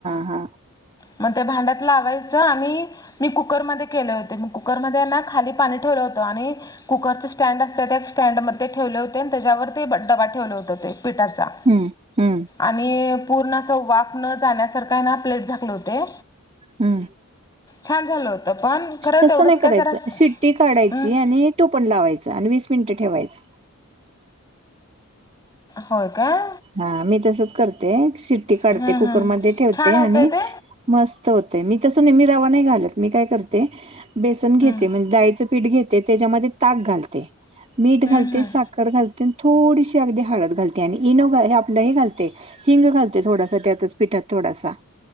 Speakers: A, on the right (about 30°); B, on the left (about 15°).
A: हां.
B: मग त्या भांड्यात लावायचं आणि..... मी कुकरमध्ये केले होते म कुकरमध्ये ना खाली पाणी ठेवलं होतं आणि..... कुकरचं स्टँड असतं त्या स्टँड मध्ये ठेवले होते आणि त्याच्यावर ते डबा ठेवले होत ते पिठाचा.....
A: हं, हं,
B: आणि पूर्ण असं वाफ न जाण्यासारखा आहे ना प्लेट झाकलं होते.....
A: हम....
B: छान झालं होत पण खरं
A: तसं
B: एवढंच
A: नाही करायचं.
B: काय करायचे
A: शिट्टी काढायची
B: ह्मम?
A: आणि टोपण लावायचे आणि वीस मिनिट ठेवायचं.....
B: होय काय?
A: हा मी तसच करते शिट्टी काढते
B: हम्म
A: कुकरमध्ये
B: हम्म
A: ठेवते
B: छान होतंय
A: आणि....
B: ते
A: मस्त होतय मी तसं नेहमी रवा नाही घालत मी काय करते बेसन घेते
B: हम्म
A: म्हणजे डाळीचे? पीठ घेते त्याच्यामध्ये ताक घालते मीठ
B: हम्म
A: घालते
B: हम्म
A: साखर घालते थोडीशी अगदी हळद..... घालते आणि इनो आपलंही घालते हिंग घालते थोडासा त्यातच पीठात थोडासा.....